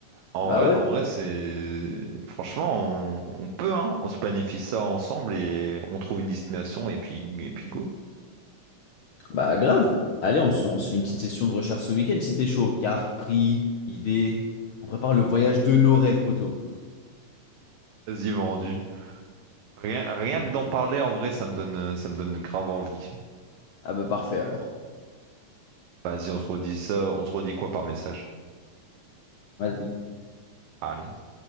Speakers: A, on the right; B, on the left.
A: En
B: Bah
A: vrai,
B: ouais,
A: en vrai, c'est franchement, on, on peut hein, on se planifie ça ensemble et on trouve une destination et puis et puis go.
B: bah grave. Allez, on se, on se fait une petite session de recherche ce week-end si t'es chaud. Cartes, prix, idées. On prépare le voyage de nos rêves, poteau.
A: Vas-y, vendu. Rien, rien
B: Vas-y.
A: que d'en parler en vrai, ça me donne, ça me donne grave envie.
B: Ah bah parfait alors.
A: Vas-y, on se redit ça, on se redit quoi par message?
B: Vas-y.
A: Allez.